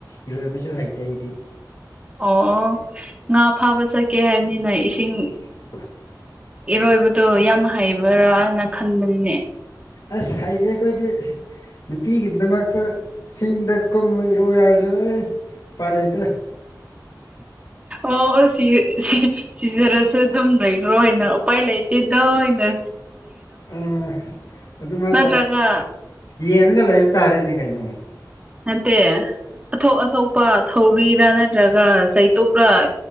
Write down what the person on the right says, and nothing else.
ꯑꯣ ꯑꯣ ꯉꯥ ꯐꯥꯕ ꯆꯠꯀꯦ ꯍꯥꯏꯕꯅꯤꯅ ꯏꯁꯤꯡ
ꯏꯔꯣꯏꯕꯗꯣ ꯌꯥꯝ ꯍꯩꯕꯔꯅ ꯈꯟꯕꯅꯤ
ꯑꯣ ꯁꯤ ꯁꯤ ꯁꯤꯖꯔꯁ ꯁ ꯑꯗꯨꯝ ꯂꯩꯈ꯭ꯔꯣꯅ ꯎꯄꯥꯏ ꯂꯩꯇꯦꯗꯣ ꯑꯣꯏꯅ
ꯅꯠꯇ꯭ꯔꯒ
ꯃꯠꯇ ꯑꯊꯣꯛ ꯑꯊꯣꯛꯄ ꯊꯧꯔꯤꯔꯥ ꯅꯠꯇ꯭ꯔꯒ ꯆꯩꯇꯣꯄꯔ